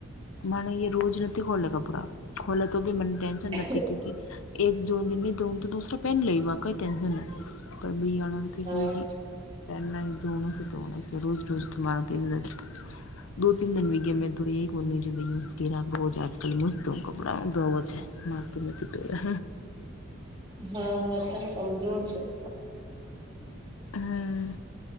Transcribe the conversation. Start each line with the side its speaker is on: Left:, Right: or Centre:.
Left: માને યે રોજ નથી ખોલે કપડા ખોલે તો બી મને ટેન્શન નથી
Right: છે
Left: ક્યુ કે એક જોડી ની ધોવ તો દૂસરો પેન લઈ બા. કંઈ ટેન્શન નથી. પણ <unintelligible>
Right: હા
Left: પહેના ધોણ છે ધોણ છે. રોજ રોજ <unintelligible> દો તીન દિન હોય ગય મે ધોઈ એક <unintelligible> આજકાલ મસ્ત હું કપડા ધોવા છું. મારે તો નથી ધોવાય.
Right: હા તમે કમજોર છો <unintelligible>
Left: હા.